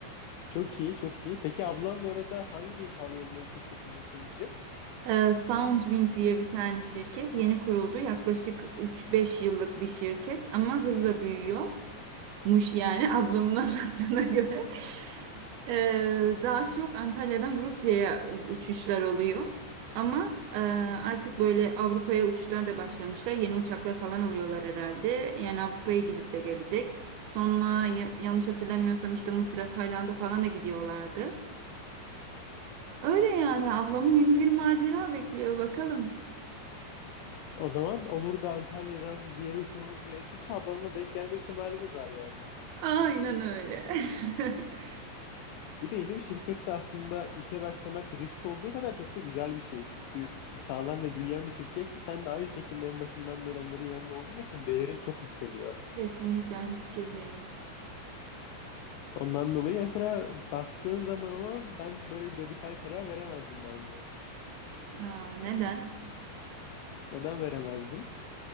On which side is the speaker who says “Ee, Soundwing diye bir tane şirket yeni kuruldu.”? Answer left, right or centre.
Right